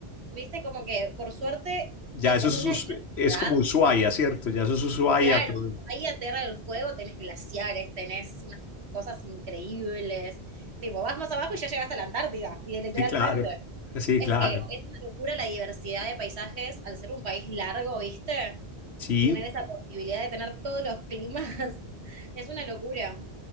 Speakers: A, on the right; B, on the left.
A: Viste, como que por suerte
B: Ya
A: hay
B: eso
A: como
B: es,
A: una
B: Us-
A: diversidad
B: es como Ushuaia, ¿cierto? Ya eso es Ushuaia
A: Claro,
B: todo.
A: ahí a Tierra del Fuego tenés glaciares, tenés unas cosas increíbles. Tipo, vas más abajo y ya llegaste a la Antártida, y literalmente.
B: Sí, claro. Sí,
A: Es
B: claro.
A: que es una locura la diversidad de paisajes al ser un país largo, ¿viste?
B: Sí,
A: Que tener esa posibilidad de tener todos los climas <laughs> es una locura.